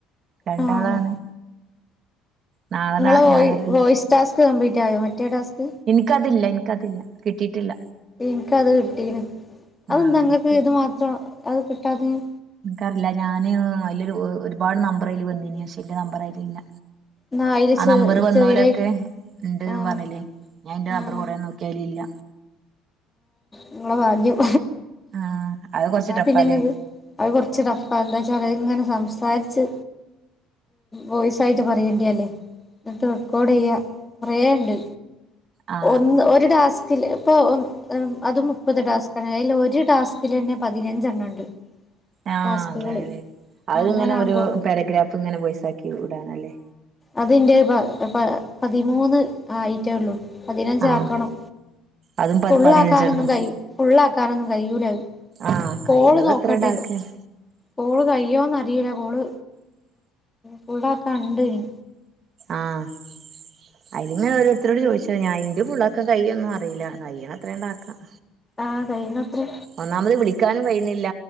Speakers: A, on the right; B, on the left.
A: രണ്ടാളാണ്
B: ആഹ്
A: നാളെ
B: നിങ്ങളുടെ
A: നാ
B: വോ
A: ഞായറല്ലേ
B: വോയിസ് ടാസ്ക് കംപ്ലീറ്റ് ആയോ മറ്റേ ടാസ്ക്
A: എനിക്കതില്ല എനിക്കതില്ല കിട്ടിയിട്ടില്ല
B: എനിക്ക് അത് കിട്ടീന് അത്
A: ആ
B: എന്താ ഇങ്ങക്ക്
A: എനിക്ക്
B: ഇത് മാത്രം അത് കിട്ടാഞ്ഞേ
A: എനിക്കറില്ല ഞാന് അതില് ഒരുപാട് നമ്പർ അയില് വന്നിനി പക്ഷേ എന്റെ നമ്പർ അതിൽ ഇല്ല
B: ന്നാ അയില്
A: ആഹ്
B: ചെ
A: നമ്പർ വന്നോലൊക്കെ
B: ചെറിയ
A: ഉണ്ടെന്ന്
B: ആഹ്
A: പറഞ്ഞില്ലേ ഞാൻ എന്റെ
B: ആഹ്
A: നമ്പർ കൊറേ നോക്കി അയിലില്ല.
B: നിങ്ങടെ ഭാഗ്യം
A: ആ അത് കൊറച്ച്
B: എന്നാ
A: ടഫാല്ലേ
B: പിന്നെ നിങ്ങക്ക് അത് കുറച്ച് ടഫാ എന്താ വച്ചാല് അതിങ്ങനെ സംസാരിച്ച് വോയി സായിട്ട് പറയേണ്ടിയല്ലേ എന്നിട്ട് റെക്കോർഡ് ചെയ്യാ കുറേയുണ്ട്
A: ആ
B: ഒന്ന് ഒരു ടാസ്കില് ഇപ്പൊ അത് മുപ്പത് ടാസ്കാണ് അതില് ഒരു ടാസ്കിൽ തന്നെ പതിനഞ്ചെണ്ണം ഉണ്ട്
A: ആഹ്
B: ടാസ്കുകള്
A: അങ്ങനല്ലേ അത്
B: അങ്ങനാവുമ്പോ
A: ഇങ്ങനെ ഒരു പാരഗ്രാഫ് ഇങ്ങനെ വോയിസാക്കി വിടാനല്ലേ
B: അത് എന്റെ പ പ പതിമൂന്ന് ആയിട്ടേയുള്ളു പതിനഞ്ച്
A: ആഹ്
B: ആക്കണം.
A: അതും പ
B: ഫുുള്ളാക്കാനൊന്നും
A: പതിനഞ്ചെണ്ണം
B: കഴി ഫുള്ളാക്കാനൊന്നും കഴിയൂല അത്
A: ആഹ് കഴിയുന്നത്
B: കോള് നോക്കട്ടെ
A: അത്ര ഉണ്ടാക്കാണ്
B: കോള് കയ്യോന്ന് അറിയില്ല കോള് ഫുള്ളാക്കാൻ ഉണ്ട് ഇനി
A: ആഹ് അയ്ല് ഇങ്ങെനെ ഓരോരുത്തരോട് ചോദിച്ച പക്ഷേ ഞാൻ അയിന്റെ പുള്ളൊക്കെ കയ്യൊന്നും അറിയില്ല കയ്യുന്ന അത്രേ അങ്ങട്ട് ആക്കാം
B: ആഹ് കൈയ്യുന്നത്ര
A: ഒന്നാമത് വിളിക്കാനും കഴിയുന്നില്ല